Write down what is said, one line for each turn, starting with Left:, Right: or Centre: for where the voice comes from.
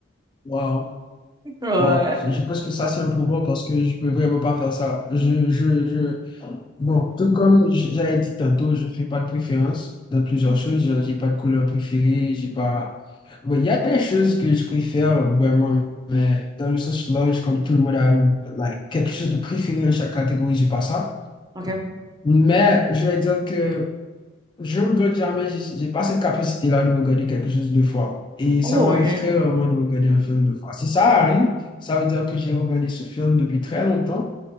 Left: Wow.
Right: Ouais.
Left: Bon, je pense que ça, c'est un pouvoir parce que je peux vraiment pas faire ça. Je, je, je... Bon, tout comme j- j'avais dit tantôt, je fais pas de préférence dans plusieurs choses. Genre, J'ai pas de couleur préférée, j'ai pas... Ouais, il y a des choses que je préfère vraiment, mais dans le sens large, comme tout le monde a une- like, quelque chose de préféré dans chaque catégorie, j'ai pas ça.
Right: OK.
Left: Mais je vais dire que je regrette jamais, j'ai j'ai pas cette capacité-là de regarder quelque chose deux fois. Et
Right: Oh,
Left: ça m'arrive
Right: OK.
Left: très rarement de regarder un film deux fois. Si ça arrive, ça veut dire que j'ai regardé ce film depuis très longtemps.